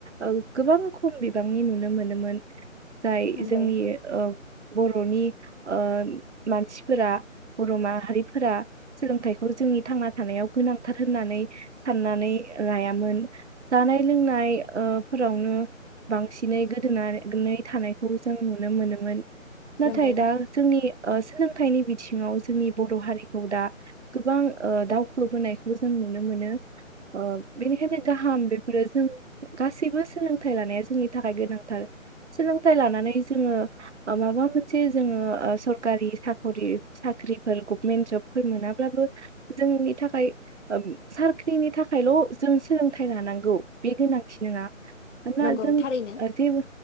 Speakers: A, on the right; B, on the left.
A: ओ गोबां खम बिबांनि नुनो मोनोमोन जाय
B: नंगौ
A: जोंनि ओ बर'नि ओ मानसिफोरा बर' माहारिफोरा सोलोंथाइखौ जोंनि थांना थानायाव गोनांथार होननानै साननानै लायामोन जानाय लोंनाय ओ <unintelligible> बांसिनै गोदोनानै थानायखौ जों नुनो मोनोमोन। नाथाय
B: नंगौ
A: दा जोंनि ओ सोलों बिथिङाव जोंनि बर' हारिखौ दा गोबां ओ दावखोबोनायखौ जों नुनो मोनो ओ बेनिखायनो गाहाम बेफोरो जों गासै <unintelligible> सोलोंथाइ लानाया जोंनि थाखाय गोनांथार सोलोंथाइ लानानै जोङो माबा मोनसे जोङो सरकारि साकरि साख्रिफोर गभमेन्ट जबफोर मोनाब्लाबो जोंनि थाखाय साख्रिनि थाखायल' जों सोलोंथाइ लानांगौ बे गोनांथि नोङा। ना
B: नंगौ
A: जों
B: थारैनो
A: जिउ